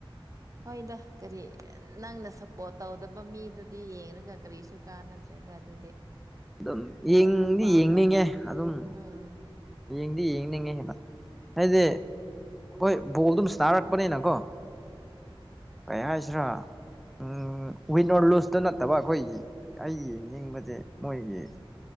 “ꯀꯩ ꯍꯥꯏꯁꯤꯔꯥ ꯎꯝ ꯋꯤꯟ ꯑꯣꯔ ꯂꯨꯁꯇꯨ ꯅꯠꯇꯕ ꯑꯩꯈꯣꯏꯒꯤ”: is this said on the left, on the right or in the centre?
Centre